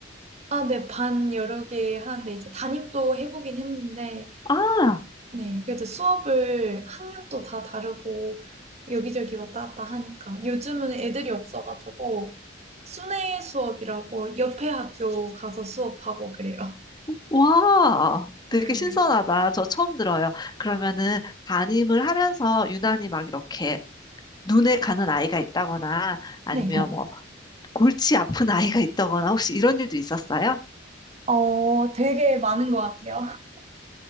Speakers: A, on the right (about 35°); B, on the left (about 20°).
A: 아, 네, 반 여러 개 하는데 이제 담임도 해보긴 했는데,
B: 아,
A: 네, 그래도 수업을 학년도 다 다르고 여기저기 왔다 갔다 하니까 요즘은 애들이 없어가지고 순회 수업이라고 옆에 학교 가서 수업하고 그래요.
B: 와, 되게
A: 네.
B: 신선하다. 저 처음 들어요. 그러면은 담임을 하면서 유난히 막 이렇게 눈에 가는 아이가 있다거나 아니면
A: 네.
B: 뭐 골치 아픈 아이가 있다거나 혹시 이런 일도 있었어요?
A: 어, 되게 많은 것 같아요. <laughs>